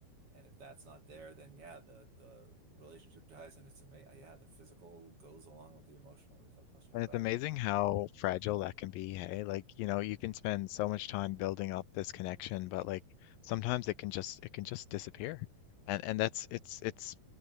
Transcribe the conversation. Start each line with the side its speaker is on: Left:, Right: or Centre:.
Right: and if that's not there, then yeah, the, the relationship dies and it's amazing. Yeah, the physical goes along with the emotional. There's no question
Left: And
Right: about
Left: it's amazing
Right: it.
Left: how fragile that can be, hey? Like, you know, you can spend so much time building up this connection, but like sometimes it can just it can just disappear. And and that's it's it's